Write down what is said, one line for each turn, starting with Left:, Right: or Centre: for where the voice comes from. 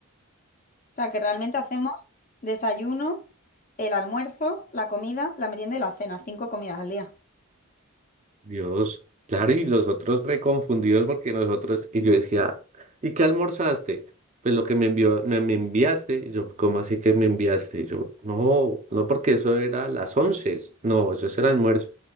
Left: sea, que realmente hacemos desayuno, el almuerzo, la comida, la merienda y la cena, cinco comidas al día.
Right: Dios, claro, y los otros reconfundidos porque nosotros, y yo decía, ¿y qué almorzaste? Pues lo que me envió, me, me enviaste, y yo, ¿cómo así que me enviaste? Y yo, no, no, porque eso era a las once, no, eso era almuerzo.